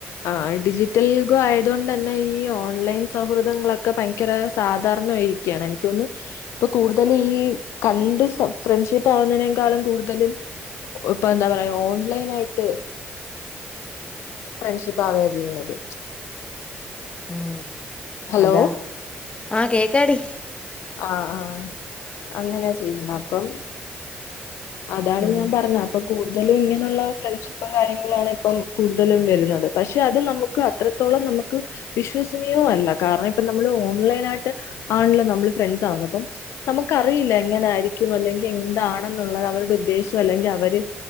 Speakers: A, on the left (about 85°); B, on the left (about 25°).
A: ആ ഡിജിറ്റൽ യുഗം ആയതോണ്ടന്നെ ഈ ഓൺലൈൻ സൗഹൃദങ്ങളൊക്കെ ഭയങ്കര സാധാരണായിരിക്കയാണ് എനിക്കോന്നു ഇപ്പൊ കൂടുതല് ഈ കണ്ട് സം ഫ്രണ്ട്ഷിപ്പ് ആവുന്നതിനേക്കാളും കൂടുതലും ഇപ്പൊ എന്താ പറയാ ഓൺലൈനായിട്ട് ഫ്രണ്ട്ഷിപ്പ് ആവാ ചെയ്യ്ന്നത്
B: ഉം
A: ഹലോ
B: അതാ ആഹ് കേക്കാടി
A: ആ ആ അങ്ങനാ ചെയ്യ്ന്നെ അപ്പം അതാണ്
B: ഉം
A: ഞാൻ പറഞ്ഞെ അപ്പം കൂടുതലും ഇങ്ങനുള്ള ഫ്രണ്ട്ഷിപ്പും കാര്യങ്ങളാണ് ഇപ്പം കൂടുതലും വരുന്നത്. പക്ഷെ അത് നമുക്ക് അത്രത്തോളം നമുക്ക് വിശ്വസനീയവും അല്ല കാരണം ഇപ്പ നമ്മള് ഓൺലൈനായിട്ട് ആണല്ലോ നമ്മള് ഫ്രണ്ട്സാവുക. അപ്പം നമുക്കറിയില്ല എങ്ങനായിരിക്കും അല്ലെങ്കിൽ എന്താണെ ഉള്ളത് അവരുടെ ഉദ്ദേശം അല്ലെങ്കിൽ അവര്